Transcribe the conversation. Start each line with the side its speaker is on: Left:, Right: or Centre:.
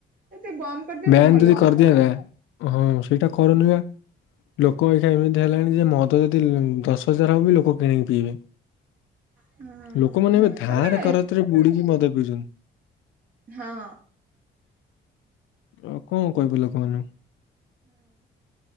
Right: ଯଦି ବନ୍ଦ କରିଦିଅନ୍ତୁ
Left: ବ୍ୟାନ୍
Right: ଭଲ
Left: ଯଦି କରିଦିଆନ୍ତା
Right: ହୁଅନ୍ତା।
Left: ହଁ ସେଇଟା କରୁନୁ ବା ଲୋକ ଏଖା ଏମିତି ହେଲାଣି ଯେ ମଦ ଯଦି ଦଶ ହଜାର ହବ ବି ଲୋକ କିଣିକି ପିଇବେ।
Right: ହଁ।
Left: ଲୋକମାନୋନ ଏବେ ଧାର
Right: ତାପରେ
Left: କରଜରେ ବୁଡିକି ମଦ ଗଜନ <inaudible>
Right: ହଁ,
Left: ଓ କଣ କହ ଲ କୁହନୁ-
Right: ଁ